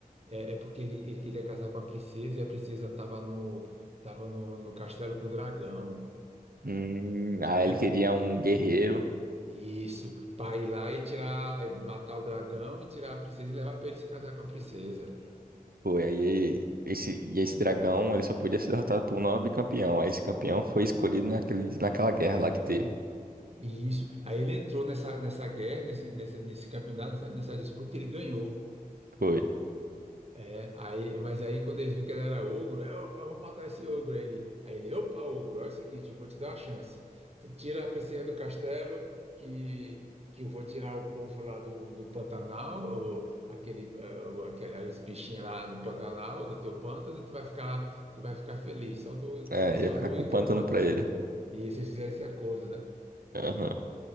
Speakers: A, on the right (about 40°); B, on the right (about 75°).
A: É, é porque ele, ele queria casar com a princesa e a princesa tava no, tava no, no castelo com o dragão.
B: Hum,
A: Te
B: ah,
A: lembra?
B: ele queria um guerreiro.
A: Isso, para ir lá e tirar, eh, matar o dragão e tirar a princesa e levar para ele se casar com a princesa.
B: Foi, aí esse, e esse dragão, ele só podia ser derrotado por um nobre campeão. Aí esse campeão foi escolhido naquele, naquela guerra lá que teve.
A: E isso. Aí ele entrou nessa, nessa guerra, nesse, nesse, nesse campeonato, nessa, nessa disputa, e ele ganhou.
B: Foi.
A: É, aí, mas aí quando eles viram que ele era ogro, é, opa, vamos matar esse ogro. Aí ele, aí ele, opa, ogro, é o seguinte, eu vou te dar uma chance. Tu tira a princesa do castelo, que, que eu vou tirar o povo lá do, do Pantanal, ou aquele, eh, o- aquele, os bichinhos lá do Pantanal, do teu pântano, e tu vai ficar, tu vai ficar feliz, só tu,
B: É,
A: só
B: ia ficar
A: tu
B: com
A: e
B: o pântano
A: teu pântano.
B: pra ele.
A: E eles fizeram esse acordo, né?
B: Aham.